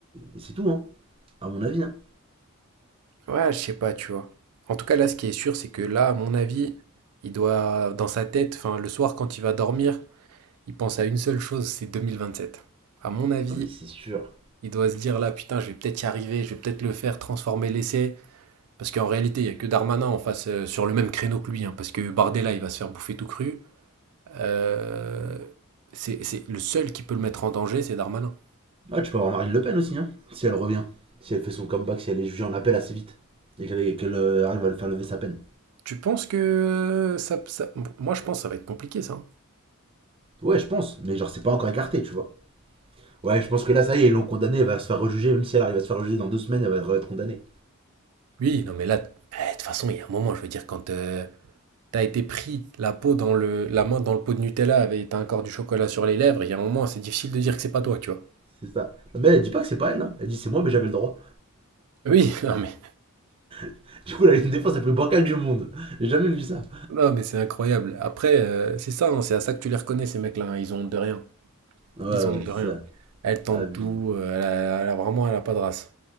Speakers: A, on the right (about 25°); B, on the right (about 85°).
A: et c'est tout, hein. À mon avis, hein.
B: Ouais, je sais pas, tu vois. En tout cas, là, ce qui est sûr, c'est que là, à mon avis, il doit, dans sa tête, enfin, le soir, quand il va dormir, il pense à une seule chose, c'est 2027. À mon avis,
A: Ah, mais c'est sûr.
B: il doit se dire là, putain, je vais peut-être y arriver, je vais peut-être le faire, transformer l'essai, Parce qu'en réalité, il n'y a que Darmanin en face euh, sur le même créneau que lui, hein, parce que Bardella, il va se faire bouffer tout cru. Euh, c'est c'est le seul qui peut le mettre en danger, c'est Darmanin.
A: Ah, tu peux avoir Marine Le Pen aussi, hein, si elle revient. Si elle fait son comeback, si elle est jugée en appel assez vite. Et qu'elle qu'elle, euh, arrive à le faire lever sa peine.
B: Tu penses que euh, ça, ça- moi je pense que ça va être compliqué ça. hein.
A: Ouais, je pense, mais genre, c'est pas encore écarté, tu vois. Ouais, je pense que là, ça y est, ils l'ont condamnée, elle va se faire rejuger, même si elle arrive à se faire rejuger dans deux semaines, elle va être condamnée.
B: Oui, non mais là, eh, de eh, toute façon, il y a un moment, je veux dire, quand euh, t'as été pris la peau dans le, la main dans le pot de Nutella avec t'as encore du chocolat sur les lèvres, il y a un moment, c'est difficile de dire que c'est pas toi, tu vois.
A: C'est ça. mais elle, elle dit pas que c'est pas elle, hein. elle dit c'est moi, mais j'avais le droit.
B: Oui, <laughs> non mais,
A: <laughs> Du coup, elle a une défense la plus bancale du monde. J'ai jamais vu ça.
B: non mais c'est incroyable. Après, euh, c'est ça, hein, c'est à ça que tu les reconnais ces mecs-là, hein, ils ont honte de rien.
A: Ouais,
B: Ils ont
A: ouais,
B: de
A: c'est
B: rien.
A: ça.
B: Elle tente
A: Abusé.
B: tout, euh, elle a, elle a vraiment, elle a pas de race.